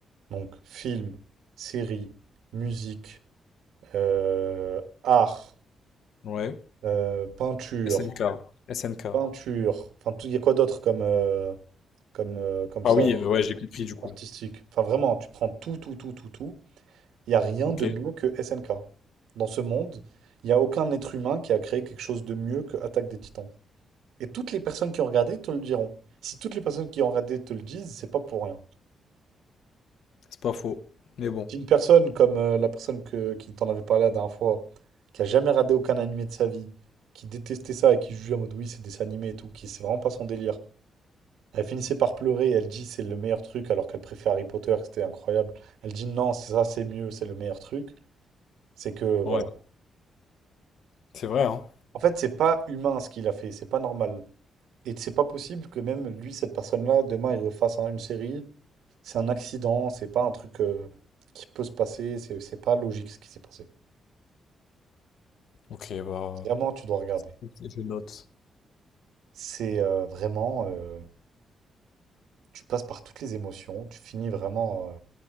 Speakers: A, on the right (about 90°); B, on the left (about 65°).
A: Donc, film, série, musique, euh, art,
B: Ouais.
A: euh, peinture.
B: SNK. SNK.
A: Peinture. Enfin, tout- il y a quoi d'autre comme, euh, comme, euh, comme
B: Ah
A: ça,
B: oui,
A: là,
B: euh, ouais, j'ai compris du coup.
A: artistique? Enfin, vraiment, tu prends tout, tout, tout, tout, tout. Il n'y a rien
B: Ok,
A: de mieux que SNK. Dans ce monde, il n'y a aucun être humain qui a créé quelque chose de mieux que Attaque des Titans. Et toutes les personnes qui ont regardé te le diront. Si toutes les personnes qui ont regardé te le disent, c'est pas pour rien.
B: c'est pas faux. Mais bon,
A: Si une personne comme euh, la personne que, qui t'en avait parlé la dernière fois, qui a jamais regardé aucun animé de sa vie, qui détestait ça et qui jugeait en mode oui, c'est des animés et tout, qui c'est vraiment pas son délire, Elle finissait par pleurer, elle dit c'est le meilleur truc alors qu'elle préfère Harry Potter, que c'était incroyable. Elle dit non, c'est ça, c'est mieux, c'est le meilleur truc. C'est que voilà.
B: ouais, c'est vrai, hein.
A: En fait, c'est pas humain ce qu'il a fait, c'est pas normal. Et c'est pas possible que même lui, cette personne-là, demain, il refasse un- une série. C'est un accident, c'est pas un truc euh, qui peut se passer, c'est c'est pas logique ce qui s'est passé.
B: Ok, bah,
A: Vraiment, tu dois regarder.
B: ok, je note.
A: C'est euh, vraiment, euh, tu passes par toutes les émotions, tu finis vraiment. euh,